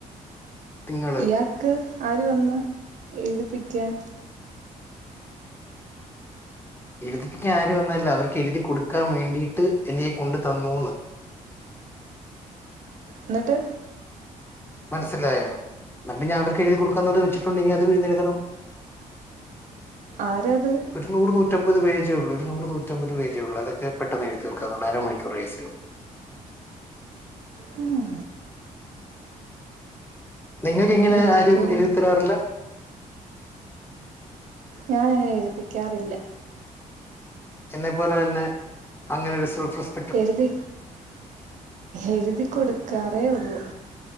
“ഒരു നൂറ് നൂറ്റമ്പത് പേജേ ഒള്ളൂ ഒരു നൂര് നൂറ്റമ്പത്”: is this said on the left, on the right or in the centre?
Left